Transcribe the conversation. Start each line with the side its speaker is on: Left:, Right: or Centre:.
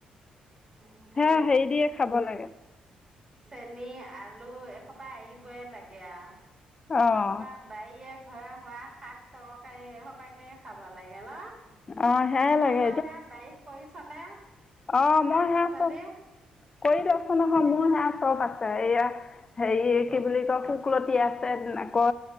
Right: সেইকাৰণে
Left: হে হেৰি দিয়ে খাব লাগে।
Right: চেনী আলু এসোপাই আহিবই লাগে আৰু
Left: অঁ
Right: এসবা বাৰীয়ে ঘ হোৱা শাক তৰকাৰী সোপাকে খাব লাগে ন?
Left: অঁ সেয়াই
Right: ত
Left: লাগে
Right: বাৰ সেয়া বাৰীত কৰিছ <unintelligible>
Left: অ
Right: শাক
Left: মই সে
Right: পাচলি
Left: আছো কৰি দিয়কচোন নহয়। মোৰ সে চব আছে এইয়া হেৰি কি বুলি কয় শুকলতি আছে আকৌ